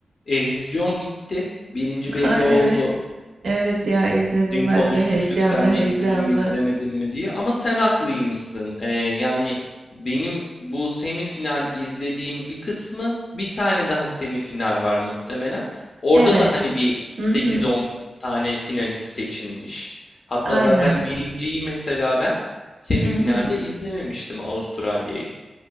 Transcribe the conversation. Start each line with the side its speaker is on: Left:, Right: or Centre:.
Left: E, revizyon bitti. Birinci
Right: Ha,
Left: belli oldu.
Right: evet. Evet ya izledim
Left: Dün
Right: ben
Left: konuşmuştuk
Right: de heyecanlı
Left: seninle
Right: heyecanlı.
Left: izledim mi izlemedim mi diye. Ama sen haklıymışsın. E, yani benim bu semifinal izlediğim bir kısmı bir tane daha semifinal var muhtemelen. Orada
Right: Evet.
Left: da hani bir sekiz
Right: Hı hı.
Left: on tane finalist seçilmiş. Hatta
Right: Aynen.
Left: zaten birinciyi mesela ben semifinalde
Right: Hı hı.
Left: izlememiştim Avustralya'yı.